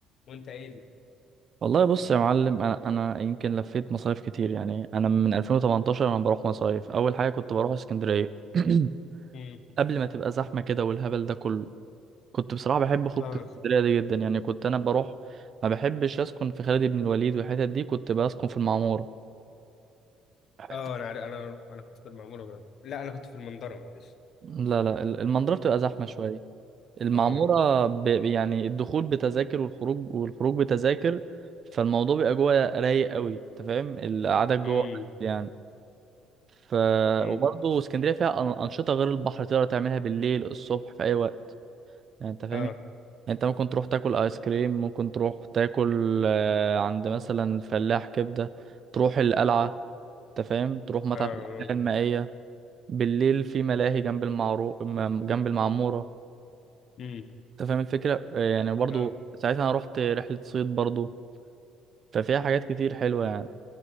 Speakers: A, on the left (about 60°); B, on the right (about 45°).
A: وانت ايه
B: والله بص يا معلم انا انا يمكن لفيت مصايف كتير يعني انا من 2018 انا بروح مصايف اول حاجه كنت بروح اسكندريه <clears throat>
A: امم
B: قبل ما تبقى زحمه كده والهبل ده كله كنت بصراحه بحب خروج
A: اه
B: اسكندريه دي جدا يعني كنت انا بروح ما بحبش اسكن في خالد بن الوليد والحتت دي كنت بسكن في المعموره حت-
A: اه انا عارف- انا انا كنت في المعموره برضه لا انا كنت في المنظره معلش
B: لا لا ال- المنظره بتبقى زحمه
A: اه
B: شويه المعمورة
A: اه
B: ب... يعني الدخول بتذاكر والخروج والخروج بتذاكر فالموضوع بيبقى جوه رايق قوي انت فاهم القعدة جوه
A: امم
B: يعني ف
A: امم
B: وبرضه اسكندرية فيها أن- أنشطة غير البحر تقدر تعملها بالليل الصبح في أي وقت يعني انت فاهم
A: اه
B: يعني انت ممكن تروح تاكل آيس كريم ممكن تروح تاكل آه، عند مثلا الفلاح كبدة تروح القلعة انت فاهم تروح متحف
A: اه
B: الأحياء المائية بالليل في ملاهي جنب المعرو... م- جنب المعمورة
A: امم
B: انت فاهم الفكرة آه، يعني برضو
A: اه
B: ساعتها انا رحت رحلة صيد برضو ففيها حاجات كتير حلوة يعني